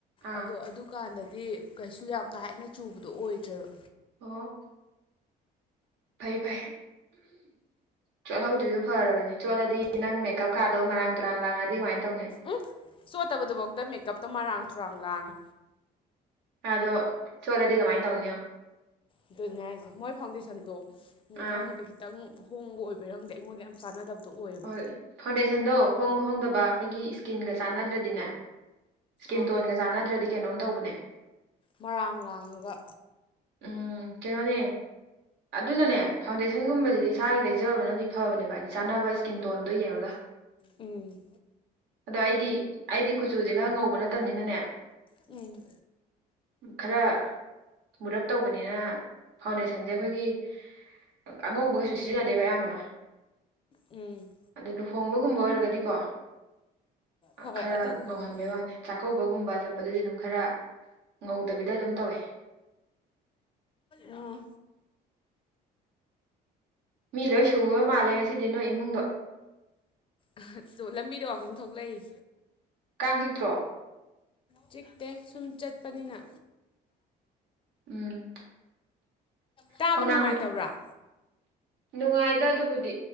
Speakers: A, on the right; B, on the left.
A: ꯑꯥ
B: ꯑꯗꯨ ꯑꯗꯣ ꯑꯗꯨꯀꯥꯟꯗꯗꯤ ꯀꯩꯁꯨ ꯌꯥꯝ ꯀꯥ ꯍꯦꯟꯅ ꯆꯨꯕꯗꯣ ꯑꯣꯏꯗ꯭ꯔꯦꯕ
A: ꯑꯣ ꯐꯩ ꯐꯩ ꯆꯣꯠꯍꯧꯗ꯭ꯔꯤꯗꯣ ꯐꯥꯔꯕꯅꯦ ꯆꯣꯠꯂꯗꯤ ꯅꯪ ꯃꯦꯛ ꯀꯞꯀꯥꯗꯣ ꯃꯔꯥꯡ ꯇꯨꯔꯥꯡ ꯂꯥꯡꯉꯗꯤ ꯀꯃꯥꯏ ꯇꯧꯅꯤ
B: ꯎꯝ ꯆꯣꯠꯇꯕꯗꯨꯐꯧꯗ ꯃꯦꯛꯀꯞꯇꯣ ꯃꯔꯥꯡ ꯇꯨꯔꯥꯡ ꯂꯥꯡꯉꯦ
A: ꯑꯗꯣ ꯆꯣꯠꯂꯗꯤ ꯀꯃꯥꯏ ꯇꯧꯅꯤ ꯌꯦꯡꯉꯣ
B: ꯑꯗꯨꯅꯦ ꯍꯥꯏꯖꯦ ꯃꯣꯏ ꯐꯥꯎꯟꯗꯦꯁꯟꯗꯣ
A: ꯑꯥ
B: ꯈꯪꯗꯦ ꯈꯤꯇꯪ ꯍꯣꯡꯕ ꯑꯣꯏꯕꯩꯔ ꯈꯪꯗꯦ ꯑꯩꯉꯣꯟꯗ ꯌꯥꯝ ꯆꯥꯟꯅꯗꯕꯗꯣ ꯑꯣꯏꯌꯦꯕ
A: ꯍꯣꯏ ꯐꯥꯎꯟꯗꯦꯁꯟꯗꯣ ꯍꯣꯡꯕ ꯍꯣꯡꯗꯕ ꯑꯩꯈꯣꯏꯒꯤ ꯏꯁꯀꯤꯟꯒ ꯆꯥꯟꯅꯗ꯭ꯔꯗꯤꯅꯦ ꯁꯀꯤꯟ
B: ꯑꯥ
A: ꯇꯣꯟꯒ ꯆꯥꯟꯅꯗ꯭ꯔꯗꯤ ꯀꯩꯅꯣꯝ ꯇꯧꯕꯅꯦ
B: ꯃꯔꯥꯡ ꯂꯥꯡꯉꯒ
A: ꯎꯝ ꯀꯩꯅꯣꯅꯦ ꯑꯗꯨꯅꯅꯦ ꯐꯥꯎꯟꯗꯦꯁꯟꯒꯨꯝꯕꯖꯤꯗꯤ ꯏꯁꯥꯒꯤ ꯂꯩꯖꯕꯅꯗꯤ ꯐꯥꯕꯅꯦꯕ ꯍꯥꯏꯗꯤ ꯆꯥꯅꯕ ꯏꯁ ꯀꯤꯟꯇꯣꯟꯗꯣ ꯌꯦꯡꯉꯒ
B: ꯎꯝ
A: ꯑꯗꯣ ꯑꯩꯗꯤ ꯑꯩꯗꯤ ꯀꯨꯆꯨꯖꯦ ꯈꯔ ꯉꯧꯕ ꯅꯠꯇꯝꯅꯤꯅꯅꯦ
B: ꯎꯝ
A: ꯈꯔ ꯃꯨꯔꯞ ꯇꯧꯕꯅꯤꯅ ꯐꯥꯎꯟꯗꯦꯁꯟꯁꯦ ꯑꯩꯈꯣꯏꯒꯤ ꯑꯥ ꯑꯉꯧꯕ ꯀꯩꯁꯨ ꯁꯤꯖꯤꯟꯅꯗꯦꯕ ꯑꯌꯥꯝꯕꯅ
B: ꯎꯝ
A: ꯑꯗꯣ ꯂꯨꯍꯣꯡꯕꯒꯨꯝꯕ ꯑꯣꯏꯔꯒꯗꯤꯀꯣ
B: ꯍꯣꯏ
A: ꯈꯔ
B: ꯑꯗꯨꯒꯨꯝꯕꯗꯨꯗꯤ
A: ꯉꯧꯍꯟꯕꯩ ꯋꯥꯅꯦ ꯆꯥꯛꯀꯧꯕꯒꯨꯝꯕ ꯆꯠꯄꯗꯗꯤ ꯑꯗꯨꯝ ꯈꯔ ꯉꯧꯗꯕꯤꯗ ꯑꯗꯨꯝ ꯇꯧꯋꯦ
B: ꯑꯥ
A: ꯃꯤ ꯂꯣꯏ ꯁꯨꯕ ꯃꯥꯜꯂꯦ ꯉꯁꯤꯗꯤ ꯅꯣꯏ ꯏꯃꯨꯡꯗꯣ
B: ꯑꯥ ꯆꯣ ꯂꯝꯕꯤꯗ ꯋꯥꯀꯤꯡ ꯊꯣꯛꯂꯛꯏ
A: ꯀꯥꯡ ꯆꯤꯛꯇ꯭ꯔꯣ
B: ꯆꯤꯛꯇꯦ ꯁꯨꯝ ꯆꯠꯄꯅꯤꯅ
A: ꯎꯝ
B: ꯇꯥꯕ
A: ꯈꯣꯡꯅꯥꯡ
B: ꯅꯨꯡꯉꯥꯏꯇꯕ꯭ꯔꯥ
A: ꯅꯨꯡꯉꯥꯏ ꯗ ꯑꯗꯨꯕꯨꯗꯤ